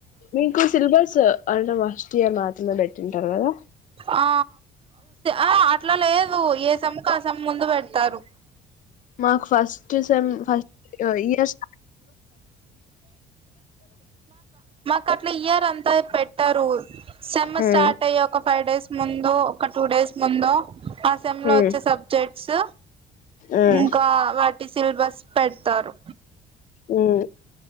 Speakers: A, on the left; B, on the right.
A: మీకు సిలబస్ అంట ఫస్ట్ ఇయర్ మాత్రమే పెట్టింటారు కదా
B: ఆ ఆ అట్లా లేదు ఏ సేమ్కుఆ సమ్ ముందు పెడతారు
A: మాకు ఫస్ట్ సెమ్ ఫస్ట్ ఇయర్ స్ <inaudible>
B: కట్ల ఇయర్ అంతా పెట్టారు సెమ్
A: ఉమ్
B: స్టార్ట్ అయ్యి ఒక ఫైవ్ డేస్ ముందు లో ఒక టూ డేస్ ముందు ఆ సెమ్ లో
A: ఉమ్
B: వచ్చే సబ్జెక్ట్స్
A: ఉమ్
B: ఇంకా వాటి సిల్బస్ పెడతారు
A: ఉమ్